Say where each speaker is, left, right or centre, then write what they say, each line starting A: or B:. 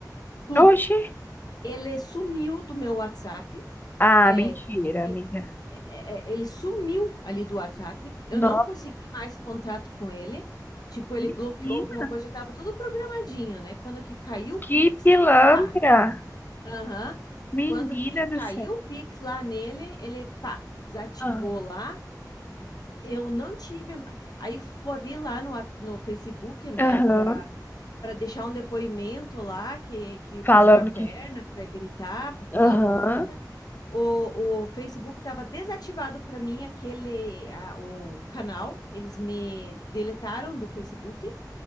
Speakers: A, on the left; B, on the left.
A: tudo.
B: Oxi.
A: Ele sumiu do meu WhatsApp.
B: Ah,
A: É,
B: mentira,
A: tipo assim,
B: amiga.
A: é, é, ele sumiu ali do WhatsApp. Eu
B: Nossa,
A: não consegui mais contato com ele. Tipo, ele
B: menina,
A: bloqueou alguma coisa, já tava tudo programadinho, né? Quando que caiu o
B: que
A: Pix,
B: pilantra.
A: ele pá. Aham.
B: Menina
A: Quando que caiu
B: do céu.
A: o Pix lá nele, ele pá, desativou
B: Aham,
A: lá. Eu não tive. Aí corri lá no, at- no Facebook, né,
B: aham,
A: para para deixar um depoimento lá que, que passaram
B: falando
A: a perna
B: que...
A: para gritar, para falar
B: Aham.
A: alguma coisa. O, o Facebook estava desativado para mim aquele a- o canal. Eles me deletaram do Facebook.